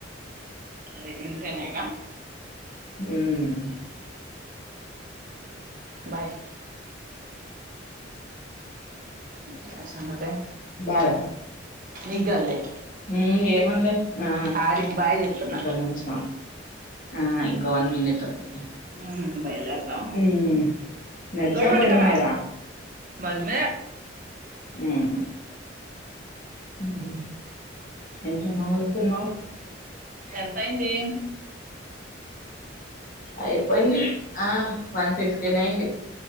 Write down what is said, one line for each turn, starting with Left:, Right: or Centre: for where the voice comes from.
Right: అరే ఇంటేనేగా
Left: హ్మ్
Right: బాయ్ ఇంకేం సంగతే
Left: బాయా
Right: నీక్కాదులే
Left: హ్మ్ ఏముంది ఆ
Right: ఆడికి బాయ్ చెప్తున్నా
Left: ఒక్క నిమిషం ఆ ఇంకో వన్ మినిట్ ఉంది
Right: హ్మ్మ్ బయల్దేరుదాం
Left: ఉమ్ నడిచా
Right: గడి పెట్టకరా
Left: బండి మీద
Right: బండిమీదే
Left: మ్మ్ హ్మ్ మ్మ్ ఏంటే నవ్వుతున్నావ్
Right: ఎంతయింది
Left: అయిపోయింది ఆ వన్ ఫిఫ్టీన్ అయింది